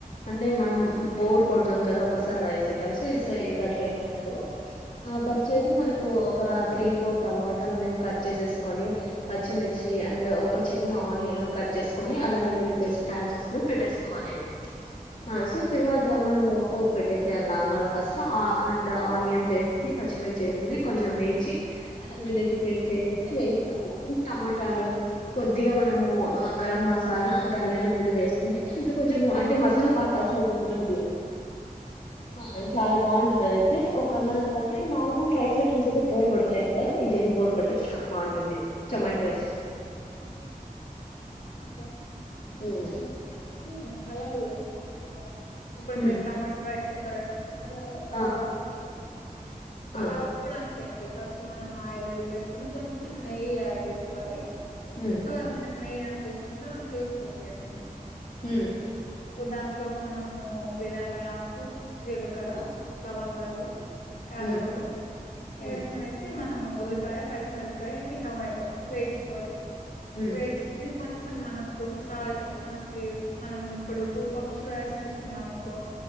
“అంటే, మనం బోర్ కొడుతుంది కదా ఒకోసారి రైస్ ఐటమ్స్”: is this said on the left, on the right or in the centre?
Left